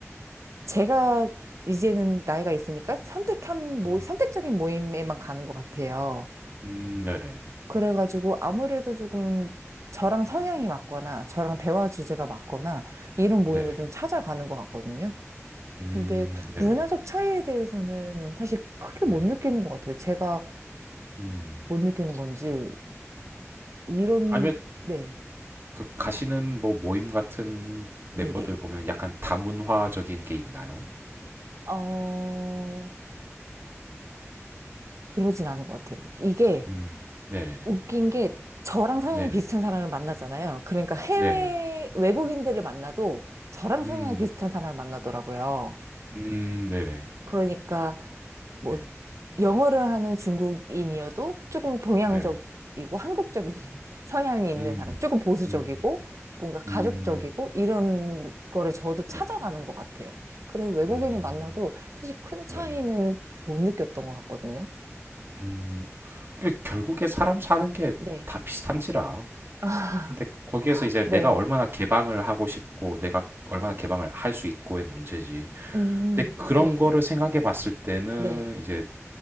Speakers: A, on the right; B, on the right.
A: 제가 이제는 나이가 있으니까 선택한 모
B: 음,
A: 선택적인 모임에만 가는 것 같아요.
B: 음, 네네.
A: 그래가지고 아무래도 조금 저랑 성향이 맞거나 저랑 대화 주제가 맞거나 이런 모임을
B: 네네.
A: 좀 찾아가는 것 같거든요.
B: 음
A: 근데
B: 네네.
A: 문화적 차이에 대해서는 사실 크게 못
B: 네네.
A: 느끼는 것 같아요. 제가
B: 음.
A: 못 느끼는 건지, 이런,
B: 아니면
A: 네,
B: 가시는 뭐 모임 같은 멤버들
A: 네네.
B: 보면 약간 다문화적인 게 있나요?
A: 어, 그러진 않은 것 같아요. 이게
B: 음. 네네.
A: 웃긴 게 저랑 성향이
B: 네네.
A: 비슷한 사람을 만나잖아요. 그러니까 해외
B: 네네.
A: 외국인들을 만나도 저랑
B: 음.
A: 성향이 비슷한 사람을 만나더라고요.
B: 음 네네.
A: 그러니까 뭐
B: 네네.
A: 영어를 하는 중국인이어도 조금 동양적이고
B: 네네.
A: 한국적인 <laughs> 성향이 있는
B: 음.
A: 사람, 조금 보수적이고
B: 음.
A: 뭔가 가족적이고
B: 음.
A: 이런 거를 저도 찾아가는
B: 네.
A: 것 같아요. 그래서 외국인을
B: 음.
A: 만나도 사실 큰 차이는
B: 네네.
A: 못 느꼈던 것 같거든요.
B: 음. 그 결국에 사람 사는 게
A: 네.
B: 다 비슷한지라.
A: 아,
B: 근데 거기에서
A: <laughs>
B: 이제 내가
A: 네.
B: 얼마나 개방을 하고 싶고 내가 얼마나 개방을 할 수 있고의 문제지.
A: 음,
B: 근데 그런
A: 네.
B: 거를 생각해 봤을 때는
A: 네.
B: 이제